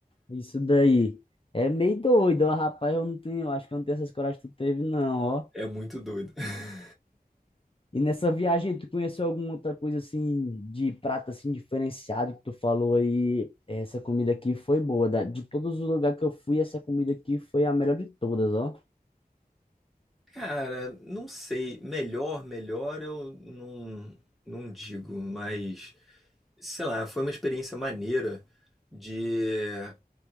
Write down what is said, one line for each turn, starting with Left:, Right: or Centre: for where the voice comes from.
Left: Isso daí. É meio doido, ó, rapaz. Eu não tenho, acho que eu não tenho essas coragem que tu teve, não, ó.
Centre: é muito doido. <laughs>
Left: E nessa viagem, tu conheceu alguma outra coisa assim de prato assim diferenciado que tu falou aí? Essa comida aqui foi boa. da- De todos os lugares que eu fui, essa comida aqui foi a melhor de todas, ó.
Centre: Cara, não sei. Melhor, melhor eu não, não digo, mas sei lá, foi uma experiência maneira de